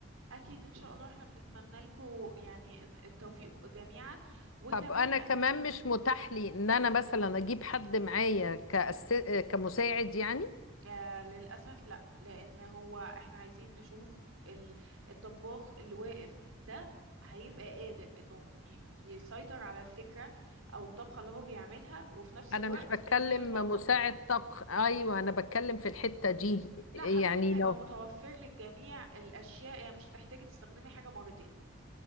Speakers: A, on the right (about 85°); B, on the left (about 85°).
A: اكيد ان شاء الله احنا بنتمنى لكم يعني إن- التوفيق جميعا وكمان
B: طب انا كمان مش متاح لي ان انا مثلا اجيب حد معايا كأس... كمساعد يعني
A: آه للأسف لا لأن هو احنا عايزين نشوف ال- الطباخ اللي واقف ده هيبقى قادر انه ي- يسيطر على الفكرة او الطبخة اللي هو بيعملها وفي نفس
B: انا
A: الوقت
B: مش بتكلم
A: يدير المطبخ
B: مساعد طبخ ايوه انا بتكلم في الحتة دي
A: لا
B: يعني
A: حضرتك هيبقى
B: لو
A: متوفر للجميع الأشياء يعني مش هتحتاجي تستخدمي حاجة مرتين